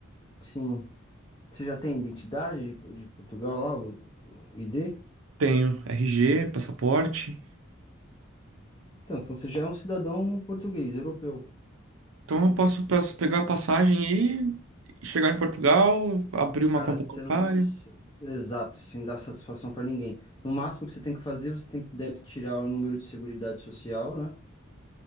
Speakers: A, on the left; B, on the right.
A: Sim. Você já tem identidade de de Portugal lá, o o ID?
B: Tenho RG, passaporte.
A: Então, então você já é um cidadão português, europeu.
B: Então eu posso pas- pegar a passagem e chegar em Portugal, abrir uma
A: Cara,
B: conta
A: você
B: bancária,
A: não precisa... Exato, sem dar satisfação pra ninguém. No máximo que você tem que fazer, você tem que deve tirar o número de seguridade social, né?